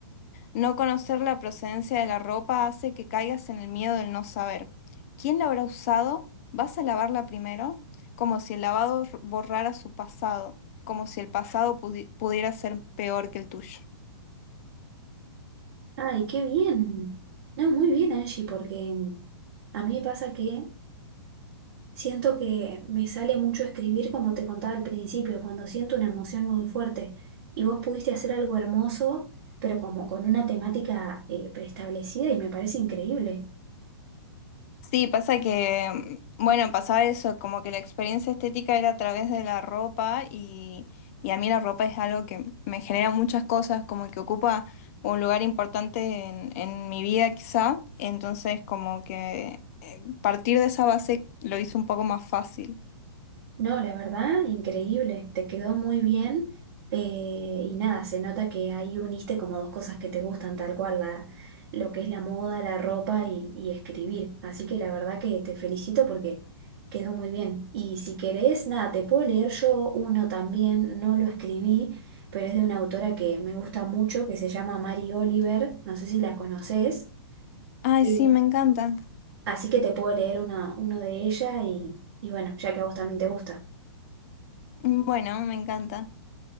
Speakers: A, on the left; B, on the right.
A: No conocer la procedencia de la ropa hace que caigas en el miedo del no saber. ¿Quién la habrá usado? ¿Vas a lavarla primero? Como si el lavado r- borrara su pasado, como si el pasado pudi- pudiera ser peor que el tuyo.
B: Ay, qué bien. No, muy bien, Angie, porque a mí me pasa que siento que me sale mucho escribir, como te contaba al principio, cuando siento una emoción muy fuerte. Y vos pudiste hacer algo hermoso, pero como con una temática eh, preestablecida y me parece increíble.
A: Sí, pasa que, mm, bueno, pasaba eso, como que la experiencia estética era a través de la ropa y, y a mí la ropa es algo que me genera muchas cosas, como que ocupa un lugar importante en, en mi vida quizá, entonces como que partir de esa base lo hizo un poco más fácil.
B: No, la verdad, increíble, te quedó muy bien eh, y nada, se nota que ahí uniste como dos cosas que te gustan tal cual, la, lo que es la moda, la ropa y, y escribir. Así que la verdad que te felicito porque quedó muy bien. Y si querés, nada, te puedo leer yo uno también, no lo escribí, pero es de una autora que me gusta mucho, que se llama Mary Oliver, no sé si la conoces.
A: Ay,
B: Eh,
A: sí, me encanta.
B: así que te puedo leer uno, uno de ella y, y bueno, ya que a vos también te gusta.
A: Bueno, me encanta.